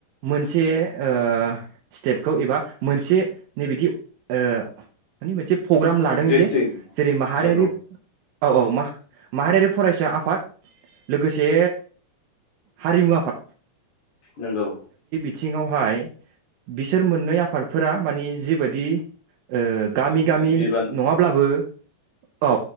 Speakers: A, on the right; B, on the left.
A: मोनसे ओ स्टेदखौ एबा मोनसे नै बिदि ओ मानि मोनसे प्रग्राम लादों
B: डिस्ट्रिक्ट
A: जे जेरै माहारियारि
B: नंगौ
A: औ औ मा-माहारियारि फरायसा आफाद लोगोसे हारिमु आफाद
B: नंगौ
A: थिङावहाय बिसोर मोननै आफ आफादफोरा मानि जिबायदि ओ गामि गामि
B: बिबान
A: नङाब्लाबो औ